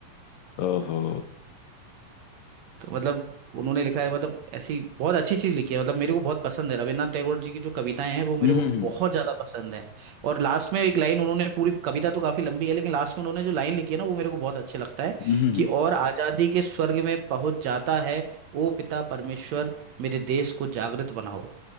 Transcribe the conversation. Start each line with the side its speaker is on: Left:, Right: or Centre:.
Left: ओहो
Right: तो मतलब उन्होंने लिखा है मतलब ऐसी बहुत अच्छी चीज लिखी है मतलब मेरे को बहुत पसंद है रविन्द्रनाथ टैगोर जी की जो कविताएं हैं वो मेरे
Left: हम्म
Right: को
Left: हम्म
Right: बहुत ज्यादा पसंद है और लास्ट में एक लाइन उन्होंने पूरी कविता तो काफी लंबी है लेकिन लास्ट में उन्होंने जो लाइन लिखी है ना वो मेरे को बहुत अच्छी लगता है
Left: हम्म, हम्म,
Right: कि
Left: हम्म,
Right: और आजादी के स्वर्ग में पहुंच जाता है ओ पिता परमेश्वर मेरे देश को जागृत बनाओ